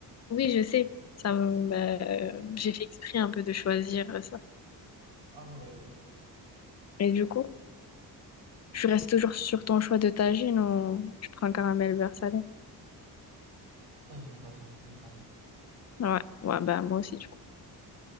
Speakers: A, on the left; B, on the right.
A: Oui, je sais. Ça me... ben, euh,
B: Ok.
A: j'ai fait exprès un peu de choisir ça.
B: Ah ouais,
A: Et du coup? Je reste toujours sur ton choix de tagine ou tu prends caramel beurre salé?
B: tagine, tagine, team, tagine.
A: Ouais, ouais, bah moi aussi du coup.